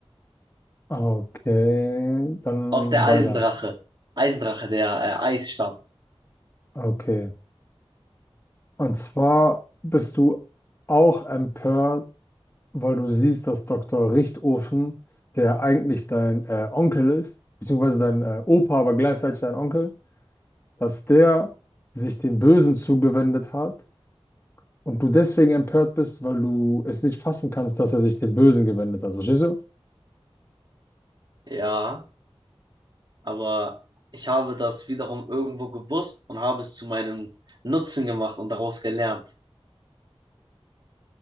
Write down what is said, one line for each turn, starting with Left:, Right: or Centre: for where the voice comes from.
Left: Okay, dann
Right: Aus der
Left: weiter.
Right: Eisendrache. Eisdrache, der äh, Eisstab.
Left: Okay. Und zwar bist du auch empört, weil du siehst, dass Dr. Richtofen, der eigentlich dein äh, Onkel ist, beziehungsweise dein äh, Opa, aber gleichzeitig dein Onkel, dass der sich dem Bösen zugewendet hat Und du deswegen empört bist, weil du es nicht fassen kannst, dass er sich dem Bösen gewendet hat. Verstehst du?
Right: Ja, aber ich habe das wiederum irgendwo gewusst und habe es zu meinem Nutzen gemacht und daraus gelernt.